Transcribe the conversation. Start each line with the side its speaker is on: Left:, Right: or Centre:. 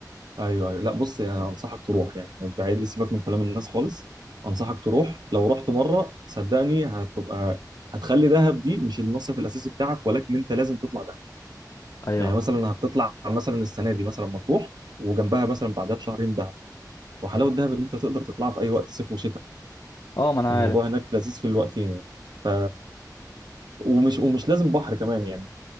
Right: ايوه ايوه لا بص يعني انصحك تروح يعني بعيد سيبك من كلام الناس خالص انصحك تروح لو رحت مره صدقني هتبقى هتخلي دهب دي مش المصيف الاساسي بتاعك ولكن انت لازم تطلع دهب
Left: ايوه
Right: يعني مثلا هتطلع مثلا السنه دي مثلا مطروح وجنبها مثلا بعدها بشهرين دهب وحلاوه دهب ان انت تقدر تطلعها في اي وقت صيف وشتاء
Left: اه ما انا
Right: الموضوع
Left: عارف
Right: هناك لذيذ في الوقتين يعني ف ومش ومش لازم بحر كمان يعني